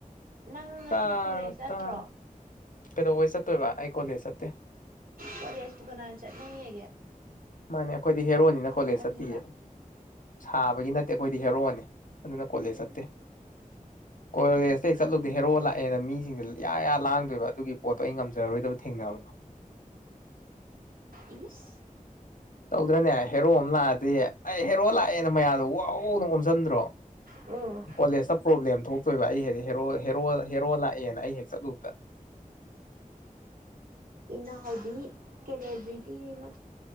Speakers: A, on the right (about 85°); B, on the left (about 70°).
A: ꯅꯪ ꯉꯁꯤ
B: ꯇꯥꯔꯣ
A: ꯀꯣꯂꯦꯖ ꯆꯠꯇ꯭ꯔꯣ
B: ꯇꯥꯔꯣ ꯀꯩꯗꯧꯕꯩ ꯆꯠꯇꯨꯏꯕ ꯑꯩ ꯀꯣꯂꯦꯁ ꯆꯠꯇꯦ
A: ꯀꯣꯂꯦꯖꯄꯨ ꯀꯅꯥꯅ ꯆꯠꯅꯩ ꯍꯥꯏꯒꯦ
B: ꯃꯥꯅꯦ ꯑꯩꯈꯣꯏꯗꯤ ꯍꯦꯔꯣꯅꯤꯅ ꯀꯣꯂꯦꯖ
A: ꯀꯥꯟꯁꯤꯗ
B: ꯆꯠꯇꯤꯌꯦ ꯁꯥꯕꯒꯤ ꯅꯠꯇꯦ ꯑꯩꯈꯣꯏꯗꯤ ꯍꯦꯔꯣꯅꯦ ꯑꯗꯨꯅ ꯀꯣꯂꯦꯖ
A: ꯎꯝ
B: ꯆꯠꯇꯦ ꯀꯣꯂꯦꯖꯇ
A: ꯀꯩꯗꯧꯕꯩ
B: ꯍꯦꯛ
A: ꯆꯠꯇꯣꯏꯕ
B: ꯆꯠꯂꯨꯕꯗ ꯍꯦꯔꯣ ꯂꯥꯛꯑꯦ ꯑꯩꯅ ꯃꯤꯁꯤꯡꯁꯤ ꯌꯥ ꯌꯥ ꯂꯥꯡꯗꯣꯏꯕ ꯑꯗꯨꯒꯤ ꯄꯣꯠꯇꯣ ꯑꯩ ꯉꯝꯖꯔꯔꯣꯏꯗꯕ ꯊꯦꯡꯅꯕꯗꯣ꯫
A: ꯏꯪꯂꯤꯁ꯫
B: ꯇꯧꯗ꯭ꯔꯅꯦ ꯍꯦꯔꯣ ꯑꯃ ꯂꯥꯛꯑꯗꯤ ꯑꯩ ꯍꯦꯔꯣ ꯂꯥꯛꯑꯦꯅ ꯃꯌꯥꯗꯣ ꯋꯥꯎꯅ ꯑꯣꯝꯁꯟꯗ꯭ꯔꯣ꯫
A: ꯎꯝ꯫
B: ꯀꯣꯂꯦꯖꯇ ꯄ꯭ꯔꯣꯕ꯭ꯂꯦꯝ ꯊꯣꯛꯇꯣꯏꯕ ꯑꯩ ꯍꯦꯛ ꯍꯦꯔꯣ ꯍꯦꯔꯣ ꯍꯦꯔꯣ ꯂꯥꯛꯑꯦꯅ ꯑꯩ ꯍꯦꯛ ꯆꯠꯂꯨꯕꯗ꯫
A: <unintelligible> ꯏꯟꯅꯥꯎꯍꯣꯏꯗꯤ ꯀꯅꯦꯕ꯭ꯔꯤꯇꯤꯅ꯫